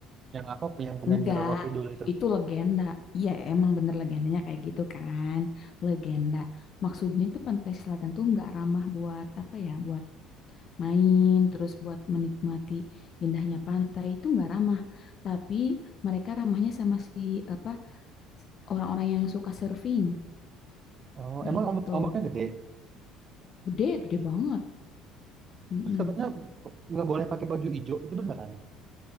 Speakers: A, on the right; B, on the left.
A: Yang apa yang punya
B: enggak.
A: Nyi Roro Kidul itu.
B: Itu legenda. Iya, emang bener legendanya kayak gitu kan. Legenda. Maksudnya tuh pantai selatan tuh enggak ramah buat apa ya, buat main, terus buat menikmati indahnya pantai itu enggak ramah. Tapi mereka ramahnya sama si apa Orang-orang yang suka surfing,
A: Oh,
B: gitu.
A: emang ombak, ombaknya gede.
B: Gede, gede banget, mhm.
A: Terus katanya k- nggak boleh pakai baju hijau itu beneran.